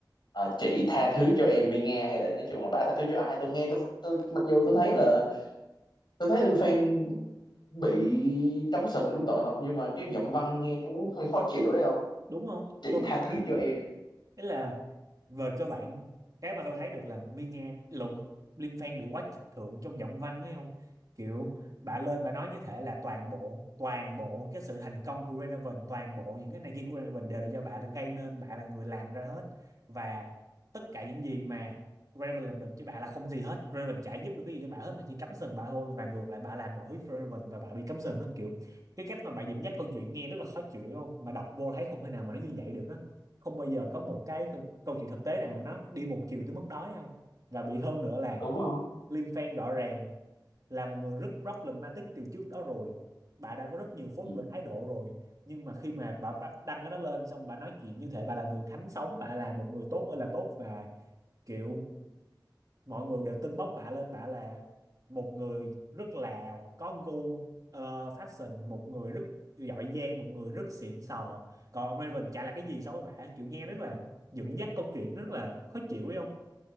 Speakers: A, on the left; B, on the right.
A: à, chị tha thứ cho em đi nghe hay là nói chung là bả tha thứ cho ai tôi nghe tôi, tôi mặc dù tôi thấy là tôi thấy lưu Fan bị cắm sừng trúng tội thật nhưng mà cái giọng văn nghe cũng hơi khó chịu đấy không
B: đúng không
A: chị
B: tôi
A: tha thứ cho em
B: ý là về cơ bản cái mà tôi thấy được là Mi Nga lụng Lim Fan bị quá trịch thượng trong giọng văn ấy không kiểu bà lên bà nói như thế là toàn bộ toàn bộ cái sự thành công của Renaven toàn bộ những cái này kia của Renaven đều là do bà là gây nên bà là người làm ra hết và tất cả những gì mà Renaven làm được chứ bà là không gì hết Renaven chả giúp được cái gì cho bà hết mà chỉ cắm sừng bà thôi và ngược lại bà làm mọi thứ cho Renaven và bà bị cắm sừng á kiểu cái cách mà bà dẫn dắt câu chuyện nghe rất là khó chịu đúng không mà đọc vô thấy không thể nào mà nó như vậy được á không bao giờ có một cái câu, câu chuyện thực tế nào mà nó đi một chiều tới mức đó không và bị hơn nữa là
A: đúng không
B: Lim Fan rõ ràng là một người rất problematic từ trước đó rồi bà đã có rất nhiều phốt
A: ừ.
B: về thái độ rồi nhưng mà khi mà bà đăng cái đó lên xong bà nói chuyện như thể bà là người thánh sống bà là một người tốt ơi là tốt và kiểu mọi người đều tưng bốc bả lên bả là một người rất là có gu ờ, fashion một người rất giỏi giang một người rất xịn sò còn ông Raven chả là cái gì so với bả kiểu nghe rất là dẫn dắt câu chuyện rất là khó chịu ấy không